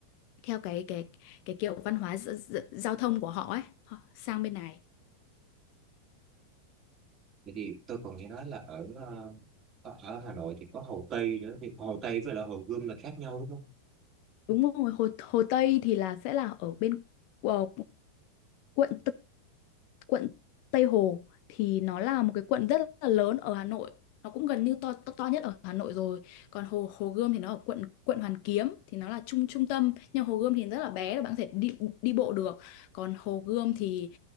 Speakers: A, on the left; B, on the right.
A: theo cái cái cái kiểu văn hóa gi- gi- giao thông của họ ấy họ sang bên này
B: Vậy thì tôi còn nghe nói là ở ờ, ở ở Hà Nội thì có Hồ Tây nữa thì Hồ Tây với lại Hồ Gươm là khác nhau đúng không?
A: đúng rồi Hồ Hồ Tây thì là sẽ là ở bên ờ, quận quận Tây Hồ thì nó là một cái quận rất là lớn ở Hà Nội nó cũng gần như to to, to nhất ở Hà Nội rồi còn Hồ Hồ Gươm thì nó ở quận quận Hoàn Kiếm thì nó là trung trung tâm nhưng Hồ Gươm thì rất là bé là bạn có thể đi đi bộ được còn Hồ Gươm thì